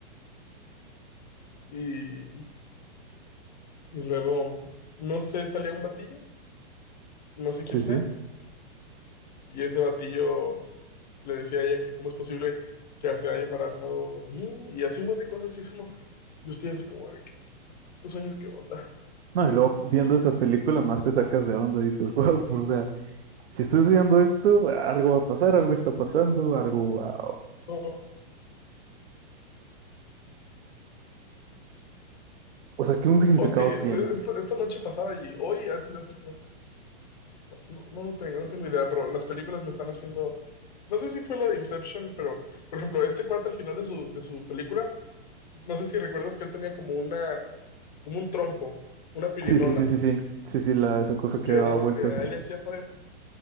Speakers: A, on the left; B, on the right.
A: y, y luego, no sé, salía un batillo, no sé quién
B: sí, sí.
A: sea, Y ese batillo le decía a ella que cómo es posible que se haya embarazado de mí y así un montón de cosas. Y es como, yo estoy así como, ay, qué p- estos sueños, ¿qué onda?
B: No, y luego viendo
A: Y
B: esa película más te sacas de onda, dices, <laughs> wow, o sea, si estoy soñando esto, algo va a pasar, algo está pasando, algo, va-
A: no,
B: O sea, que un significado
A: o sí,
B: tiene.
A: esta, esta noche pasada y hoy han sido así como, no sé, no, no, no lo tengo, no tengo idea, pero las películas me están haciendo, no sé si fue la de Inception, pero, por ejemplo, este cuate al final de su, de su película, no sé si recuerdas que él tenía como una, como un trompo, una pirinola,
B: Sí, sí, sí, sí, sí. Sí, sí, la, esa cosa que
A: que
B: da
A: era
B: vueltas
A: lo que a él le hacía saber